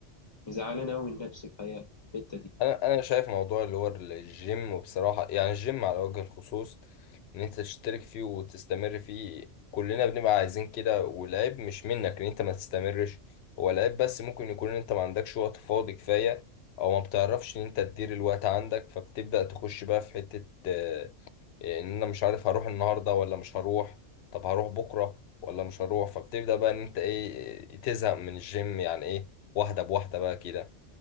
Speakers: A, on the left; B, on the left.
A: مزعلان أوي من نفسي الحقيقة في الحقيقة الحتة دي
B: انا انا شايف موضوع اللي هو الجيم وبصراحه يعني الجيم على وجه الخصوص ان انت تشترك فيه وتستمر فيه كلنا بنبقى عايزين كده والعيب مش منك ان انت ما تستمرش هو العيب بس ممكن يكون ان انت ما عندكش وقت فاضي كفايه او ما بتعرفش ان انت تدير الوقت عندك فبتبدا تخش بقى في حته آه، ان انا مش عارف هروح النهارده ولا مش هروح طب هروح بكره ولا مش هروح فبتبدا بقى ان انت ايه آه، تزهق من الجيم يعني ايه واحده بواحده بقى كده